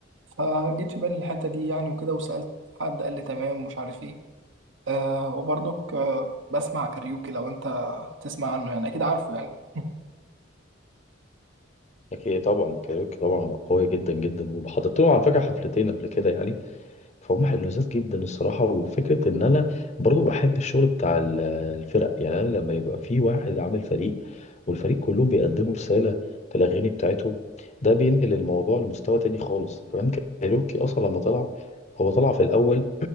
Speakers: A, on the right; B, on the left.
A: فجيت في بالي الحتة دي يعني وكده وسألت حد قال لي تمام ومش عارف ايه آه وبرضك آه بسمع كاريوكي لو انت تسمع عنه يعني اكيد عارفه يعني <laughs>
B: اكيد طبعا كايروكي طبعا قوي جدا جدا وحضرت لهم على فكرة حفلتين قبل كده يعني فهم حلوزات جدا الصراحة وفكرة ان انا برضه بحب الشغل بتاع ال- الفرق يعني انا لما يبقى في واحد عامل فريق والفريق كلهم بيقدموا رسالة في الاغاني بتاعتهم ده بينقل الموضوع لمستوى تاني خالص كمان كايروكي اصلا لما طلع هو طلع في الاول